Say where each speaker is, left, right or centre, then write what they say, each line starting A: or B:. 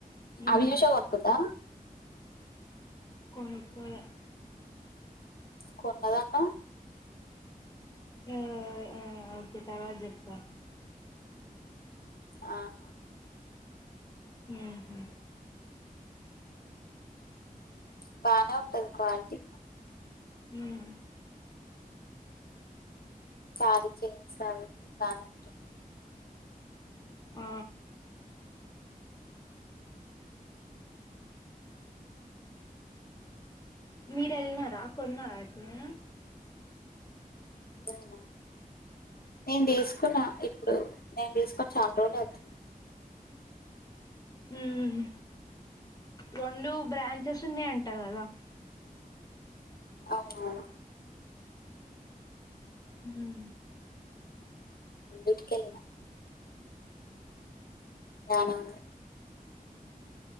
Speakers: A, on the left; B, on the left.
A: ఉమ్
B: అవి చూసే కొనుకుందా
A: కొనుక్కొలే
B: కొన్నదన్నవ్
A: అ ఆ ఓకే తర్వాత్ చెప్తా
B: ఆహ
A: ఉమ్హా
B: బానే ఉంటది క్వాలిటీ
A: ఉమ్
B: తాడు చేన్స్ అవన్నీ బానే ఉంటయ్
A: ఆ మీరెల్న్నారా కొన్నార ఎప్పుడైనా
B: నేనా నేన్ తీసుకున్న ఇప్పుడు నేన్ తీసుకొని చాన్ రోజులే అయితుంది
A: ఉమ్ రెండు బ్రాంచెస్ ఉన్నాయంటా కదా
B: అవునావును
A: హ్మ్
B: రొండిటికెళ్ళినా బానే ఉందే